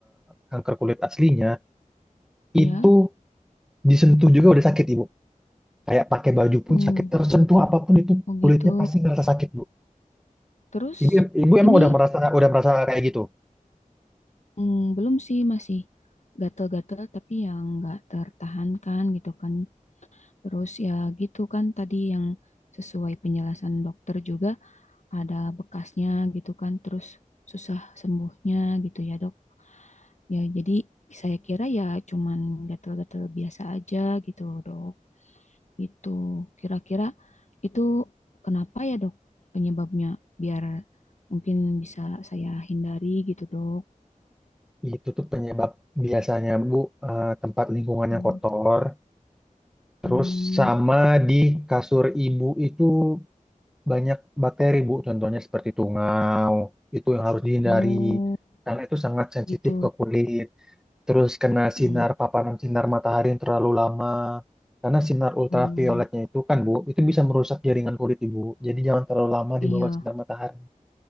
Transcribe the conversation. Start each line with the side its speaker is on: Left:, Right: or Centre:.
Centre: kanker kulit aslinya itu
Left: Iya,
Centre: disentuh juga udah sakit Ibu. Kayak pakai baju pun
Left: hmm,
Centre: sakit, tersentuh apapun itu
Left: oh
Centre: kulitnya
Left: gitu.
Centre: pasti ngerasa sakit Bu.
Left: Terus
Centre: Ibu, ibu emang
Left: ini
Centre: udah merasa udah merasa kayak gitu.
Left: mm, belum sih masih gatel-gatel tapi yang nggak tertahankan gitu kan Terus ya gitu kan tadi yang sesuai penjelasan dokter juga ada bekasnya gitu kan, terus susah sembuhnya gitu ya dok. Ya jadi saya kira ya cuman gatal-gatal biasa aja gitu loh dok. Itu kira-kira itu kenapa ya dok penyebabnya biar mungkin bisa saya hindari gitu dok.
Centre: Itu tuh penyebab biasanya Bu eh, tempat lingkungannya
Left: Hmm,
Centre: kotor, terus
Left: hmm,
Centre: sama di kasur ibu itu banyak bakteri Bu, contohnya seperti tungau, itu yang harus dihindari
Left: oh
Centre: karena itu sangat sensitif
Left: gitu.
Centre: ke kulit. Terus kena
Left: Hmm,
Centre: sinar paparan sinar matahari yang terlalu lama. Karena sinar ultravioletnya
Left: oh,
Centre: itu kan Bu, itu bisa merusak jaringan kulit Ibu. Jadi jangan terlalu lama di
Left: iya.
Centre: bawah sinar matahari.